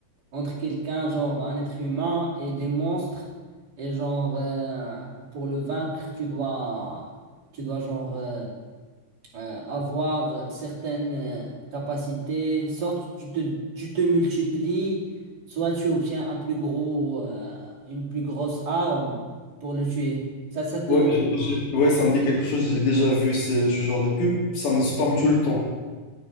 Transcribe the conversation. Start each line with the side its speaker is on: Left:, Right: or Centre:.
Right: entre quelqu'un, genre, un être humain et des monstres. Et genre, euh, pour le vaincre, tu dois, tu dois, genre, euh, euh, avoir certaines euh, capacités, soit tu tu te, tu te multiplies, soit tu obtiens un plus gros, euh, une plus grosse arme pour le tuer. Ça, ça te,
Left: Ouais, je- je- ouais, ça me dit quelque chose. J'ai déjà vu ce, ce genre de pub. Ça me spamme tout le temps.